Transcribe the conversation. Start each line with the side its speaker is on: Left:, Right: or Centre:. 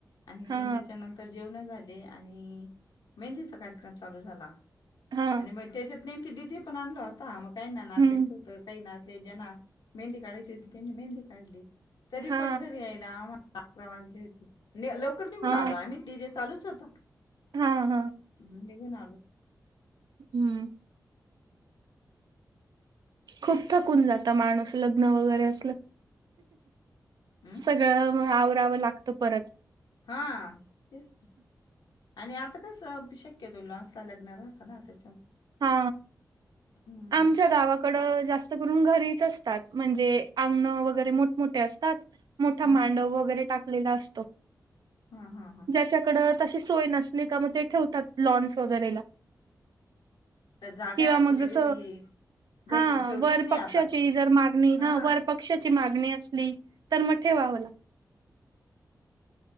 Left: आणि
Right: हा
Left: पण त्याच्या नंतर जेवण झाले आणि मेहंदीचा कार्यक्रम चालू झाला.
Right: हा
Left: आणि मग त्याच्यात नाही डीझी पण आणल आता काही नासायच
Right: हम्म
Left: होत काही ना जना मेंदी कााच होती त्यांन मेंदी झाली. तरी
Right: हा
Left: पण घरी यायला आ अकरा वाजले तेे लवकर निघून
Right: हा
Left: आलो आम्ही डी जे चालूच होत.
Right: हा हा
Left: <unintelligible>
Right: हम्म खूप थकून जात माणूस लग्न वगैरे असलं
Left: हं,
Right: सगळं आवरावं लागतं परत
Left: हां, तेच आणि आता कस शक्यतो लसला लग्न राहता ना त्या
Right: हा
Left: हम्म.
Right: आमच्या गावाकड जास्त करून घरीच असत ात म्हणजे अंगण वगैरे मोठमोठे असतात मोठा
Left: हां.
Right: मांडव वगैरे टाकलेला असतो
Left: हां, हां, हां.
Right: ज्याच्याकड तशी सोय नसणे का मग ते ठेवतात लॉन्स वगैरेला
Left: तर जागा
Right: किंवा
Left: असली
Right: मग
Left: तरी
Right: जस
Left: घरी
Right: हा
Left: ठेवतीच
Right: वर
Left: नाही
Right: पक्षाची
Left: आता.
Right: जर मागणी
Left: हां.
Right: हा वर पक्ष मागणी असली तर म ठेवाला